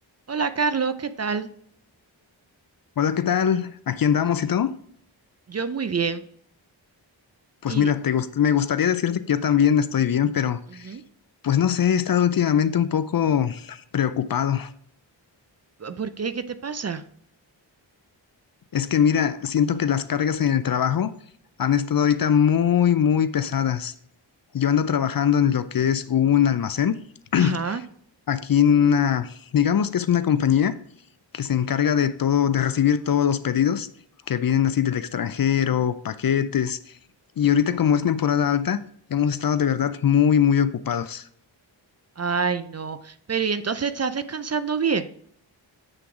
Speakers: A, on the right; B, on the left.
A: Hola Carlos, ¿qué tal?
B: Hola, ¿qué tal? Aquí andamos y todo.
A: Yo muy bien.
B: Pues
A: ¿Y
B: mira, te gust- me gustaría decirte que yo también estoy bien, pero
A: ujú,
B: pues no sé, he estado últimamente un poco preocupado.
A: por qué? ¿Qué te pasa?
B: Es que mira, siento que las cargas en el trabajo han estado ahorita muy, muy pesadas. Yo ando trabajando en lo que es un almacén,
A: Ajá.
B: <clears throat> aquí en una, digamos que es una compañía que se encarga de todo, de recibir todos los pedidos que vienen así del extranjero, paquetes. Y ahorita como es temporada alta, hemos estado de verdad muy, muy ocupados.
A: Ay, no. Pero ¿y entonces estás descansando bien?